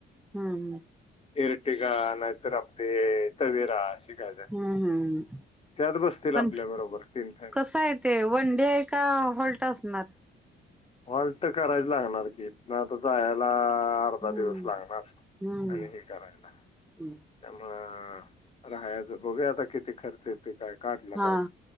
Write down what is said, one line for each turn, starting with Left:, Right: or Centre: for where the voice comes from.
Centre: हुं हुं
Left: इरटीका नायतर आपली तवेरा अशी काय काय
Centre: हुं हुं हू
Left: त्यात बसतील
Centre: पण
Left: आपल्या बरोबर तीन फॅमिली
Centre: कसं आहे ते वन डे आहे का हॉल्ट असणार?
Left: हॉल्ट तर करायच लागणार की हितन आता जायाला अर्धा
Centre: हम्म
Left: दिवस लागणार
Centre: हम्म
Left: आणि हे करायला
Centre: हम्म
Left: त्यामुळं ह राहायचं बघूया आता किती खर्च येतो ते काय काढला
Centre: हा
Left: पाहिजे.